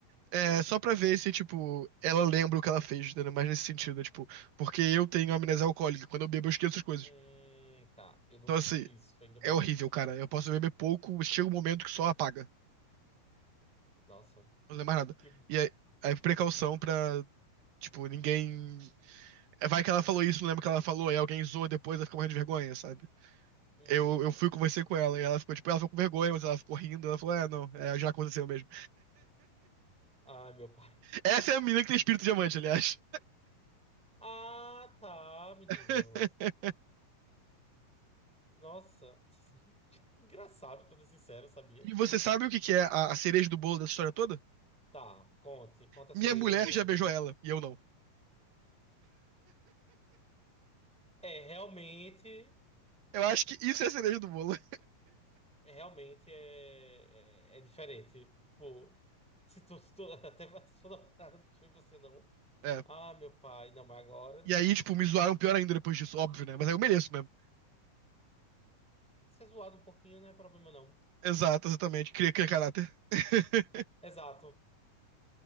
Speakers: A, on the right; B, in the centre.
A: É, só pra ver se, tipo, ela lembra o que ela fez, entendeu? Mas nesse sentido, né? Tipo, porque eu tenho amnésia alcoólica. Quando eu bebo, eu esqueço as coisas.
B: Hum, tá. Eu nunca
A: Então, assim,
B: tive isso, ainda bem.
A: é horrível, cara. Eu posso beber pouco, chega um momento que só apaga.
B: Nossa.
A: Não lembro mais nada.
B: Que...
A: E aí, aí precaução pra, tipo, ninguém. É, Vai que ela falou isso, não lembro o que ela falou, aí alguém zoa depois, ela fica morrendo de vergonha, sabe?
B: Uhum.
A: Eu, eu fui conversei com ela e ela ficou, tipo, ela ficou com vergonha, mas ela ficou rindo. Ela falou, é, não, é, já aconteceu mesmo.
B: Ah, meu pai. <laughs>
A: Essa é a menina que tem espírito diamante, aliás.
B: Ah, tá, menino.
A: <laughs>
B: Nossa. <laughs> Engraçado, pra ser sincero, sabia?
A: E você sabe o que que é a, a cereja do bolo dessa história toda?
B: Tá, conte. Conta
A: Minha
B: a cereja
A: mulher
B: do bolo.
A: já beijou ela, e eu não.
B: É, realmente.
A: Eu acho que isso é a cereja do bolo. <laughs>
B: é, Realmente é, é, é diferente. Tipo, <laughs> se tu, se tu, <laughs> até se tu não nada, bicho, e você não.
A: É.
B: Ah, meu pai. Não, mas agora não.
A: E aí, tipo,
B: É,
A: me zoaram pior ainda depois disso, óbvio, né? Mas aí eu mereço mesmo.
B: ser zoado um pouquinho não é problema, não.
A: Exato, exatamente. Cria, cria caráter. <laughs>
B: Exato.